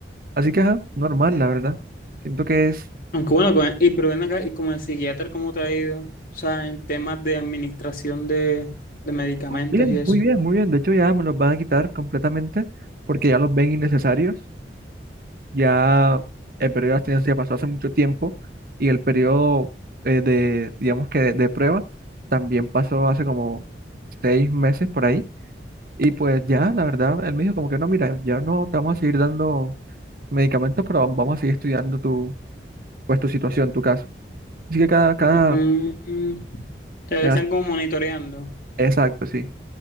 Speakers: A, on the right; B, on the left.
A: Así que, ajá, normal, la verdad. Siento que es
B: Aunque bueno, con- y, pero ven acá, y como el psiquiatra, ¿cómo te ha ido? O sea, en temas de administración de, de medicamentos
A: bien,
B: y eso.
A: muy bien, muy bien. De hecho, ya me los van a quitar completamente porque ya los ven innecesarios. Ya el periodo de abstinencia pasó hace mucho tiempo y el periodo eh, de, digamos que de, de prueba también pasó hace como seis meses por ahí. Y pues ya, la verdad, él me dijo como que no, mira, ya no te vamos a seguir dando medicamentos, pero vam- vamos a seguir estudiando tu, pues, tu situación, tu caso. Así que cada, cada,
B: Mm, mm. mm. Te
A: me
B: están como monitoreando.
A: exacto, sí.